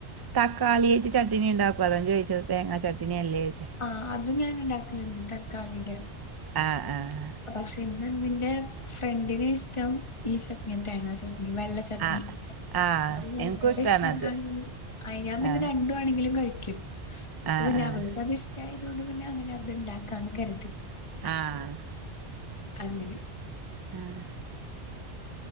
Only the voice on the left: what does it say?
ആഹ് അതും ഞാന്ണ്ടാക്കല്ണ്ട് തക്കാളിടെ
പക്ഷെ ഇന്ന്തിന്റെ ഫ്രണ്ടിന് ഇഷ്ട്ടം ഈ ചട്ട്ന്യാ തേങ്ങാ ചട്ട്നി വെള്ള ച ട്ട്നി
അപ്പൊ പിന്നെ
ഇവള്ടെ
ഇഷ്ട്ടതാണെങ്കി അയ് ഞാൻ പിന്നെ
രണ്ടും ണെങ്കിലും കഴിക്കും അപ്പൊ
പിന്നെ
അവള്ക്കത് ഇഷ്ട്ടായത് കൊണ്ട് പിന്നെ അങ്ങനെ അത്ണ്ടാക്കാന്ന് കര്തി
അങ്ങനെ